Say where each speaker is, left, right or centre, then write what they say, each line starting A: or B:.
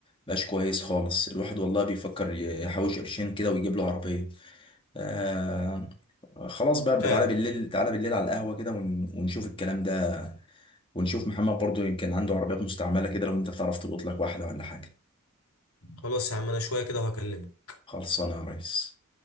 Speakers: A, on the left; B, on the left.
A: مبقاش كويس خالص الواحد والله بيفكر يحوش قرشين كده ويجيب له عربية آه خلاص بقى
B: فعلا
A: تعالى بالليل تعالى بالليل على القهوة كده ون- ونشوف الكلام ده ونشوف محمد برضو يمكن عنده عربيات مستعملة كده لو انت تعرف تلقط لك واحدة ولا حاجة
B: خلاص يا عم انا شوية كده وهكلمك
A: خلصانة يا ريس